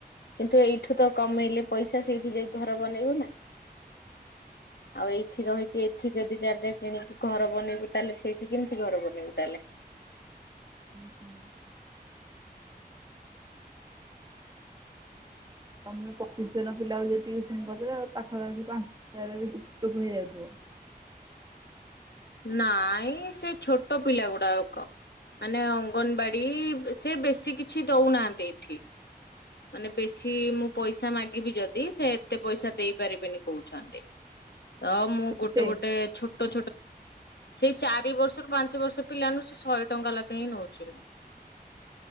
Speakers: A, on the left (about 85°); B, on the right (about 25°).
A: କିନ୍ତୁ ଏଇଠୁ ତ କମେଇଲେ ପଇସା ସେଇଠି ଯାଇ ଘର ବନେଇବନା। ଆଉ ଏଇଠି ରହିକି ଏଇଠି ଯଦି ଜାଗା କିଣିକି ଘର ବନେଇବୁ ତାହେଲେ ସେଇଠି କେମିତି ଘର ବନେଇବୁ ତାହେଲେ?
B: ହୁଁ ହୁଁ। ତମେ ପଚିଶି ଜଣ ପିଲା ଯଦି ଟଉସନ କରିଚ ପାଖା ପାଖୀ ପା <unintelligible>
A: ନାଇଁ ସେ ଛୋଟ ପିଲା ଗୁଡାକ ମାନେ ଅଙ୍ଗନବାଡ଼ି ସେ ବେଶୀ କିଛି ଦେଉନାହାନ୍ତି ଏଠି। ମାନେ ବେଶୀ ମୁଁ ପଇସା ମାଗିବି ଯଦି ସେ ଏତେ ପଇସା ଦେଇ ପାରିବେନି କହୁଛନ୍ତି। ତ ମୁଁ
B: କେତେ
A: ଗୋଟେ ଗୋଟେ ଛୋଟ ଛୋଟ ସେଇ ଚାରି ବର୍ଷରୁ ପାଞ୍ଚ ବର୍ଷ ପିଲାମାନୁ ସେ ଶହେ ଟଙ୍କା ଲେଖା ହିଁ ନୋଉଛି ମୁଁ।